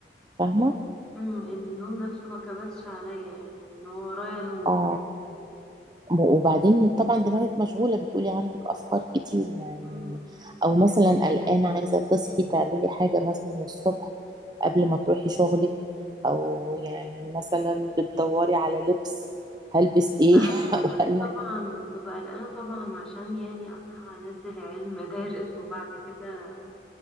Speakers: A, on the right; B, in the centre.
A: فاهمه
B: امم ان النوم نفسه ما كبسش عليا يعني ان هو ورايا نوم
A: اه وبعدين طبعا دماغك مشغولة بتقولي عندك أفكار كتير يعني
B: امم
A: أو
B: دي
A: مثلا
B: حاجة
A: قلقانة عايزة تصحي تعملي حاجة مثلا الصبح قبل ما تروحي شغلك أو يعني مثلا بتدوري على لبس هلبس إيه
B: ببقى
A: <laughs>
B: قلقانة
A: أو قلق
B: طبعا ببقى قلقانة طبعا عشان يعني اصحى انزل عيال المدارس <laughs> وبعد كده